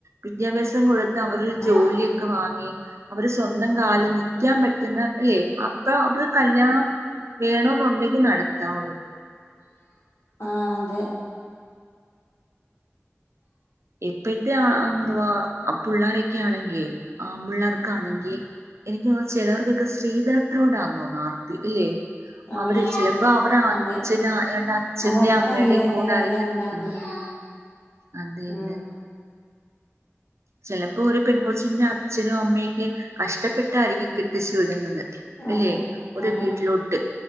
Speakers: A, on the right; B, on the left.
A: വിദ്യാഭ്യാസം കൊടുത്ത് അവരൊരു
B: ആഹ്
A: ജോലിയൊക്കെ വാങ്ങി അവര് സ്വന്തം കാലിൽ നി ക്കാൻ പറ്റുന്ന അല്ലെ അപ്പൊ അവർക്ക് കല്യാണം വേണോന്നുണ്ടെങ്കി നടത്താവുള്ളൂ
B: ആ അതെ
A: ഇപ്പഴത്തെ ആ ന്തുവാ പുള്ളാരൊക്കെ ആണെങ്കിലേ ആമ്പിള്ളേർക്കാണെങ്കിൽ എനിക്ക് തോന്ന്ന്നുചിലർക്കൊക്കെ സ്ത്രീധനത്തോട്ആ നെന്ന്തോനുന്നു ആർത്തി ഇല്ലേ
B: ആഹ്
A: അവര്
B: ശരി
A: ചിലപ്പോ അവർ അച്ഛന
B: അതെ
A: അച്ഛന്റെയും
B: അവർക്കറിയില്ല
A: അമ്മയുടെയും
B: അയിന്റെ
A: കൂടെ
B: വെല
A: ആയിരിക്കും
B: എന്താണ്ന്ന്
A: നിൽക്കുന്നത് അതെ
B: ഉം
A: അതെ - ചെലപ്പോ ഒരു പെൺകൊച്ചിന്റെ അച്ഛനും അമ്മയെക്കെ കഷ്ടപ്പെട്ടായിരിക്കും കെട്ടിച്ചു വിടുന്നത്- അല്ലെ
B: അതെ
A: ഒരു
B: ആഹ്
A: വീട്ടിലോട്ട്